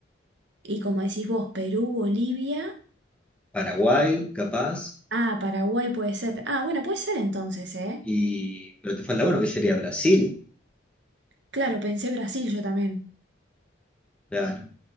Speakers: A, on the right (about 65°); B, in the centre.
A: y como decís vos, Perú, Bolivia.
B: Paraguay, capaz.
A: Ah, Paraguay puede ser. Ah, bueno, puede ser entonces, ¿eh?
B: Y. Pero te falta uno, que sería Brasil.
A: Claro, pensé Brasil yo también.
B: Claro.